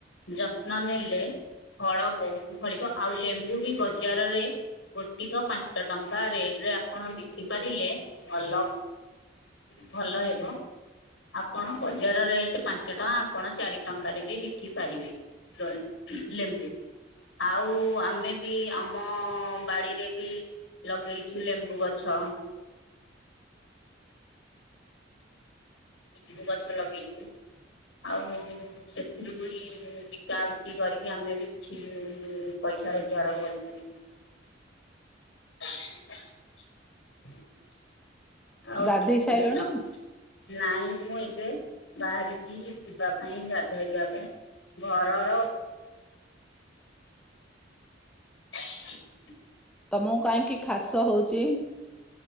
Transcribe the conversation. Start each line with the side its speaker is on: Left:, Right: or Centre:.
Left: ଯତ୍ନ ନେଲେ ଫଳ ବହୁତ ଫଳିବ ଆଉ ଲେମ୍ବୁ ବି ବଜାରରେ ଗୋଟିକ ପାଞ୍ଚ ଟଙ୍କା ରେଟରେ ଆପଣ ବିକିପାରିଲେ ଭଲ। ଭଲ ହେବ। ଆପଣ ବଜାର ରେଟ ପାଞ୍ଚ ଟଙ୍କା ଆପଣ ଚାରି ଟଙ୍କାରେ ବି ବିକି ପାରିବେ। ର ହି ଲେମ୍ଵୁ। ଆଉ ଆମେ ବି ଆମ ବାଡିରେ ବି ଲଗେଇଛୁ ଲେମ୍ବୁ ଗଛ ଲେମ୍ଵୁ ଗଛ ଲଗେଇଚୁ। ଆଉ ସେଥିରୁ ବି ବିକା ବିକି କରିକି ଆମେ ବି କିଛି ପଇସା ରୋଜଗାର କରୁ। <inaudible> ଆଉ
Centre: ଗାଧେଇ
Left: ଟିକେ
Centre: ସାଇଲଣି
Left: ନା ନାଇଁ। ମୁଁ ଏବେ ବାହାରିକି ଯିବା ପାଇଁ ଗାଧୋଇବା ପାଇଁ ଘରର <inaudible> <inaudible>
Centre: ତମକୁ କାହିଁକି ଖାସ ହଉଚି?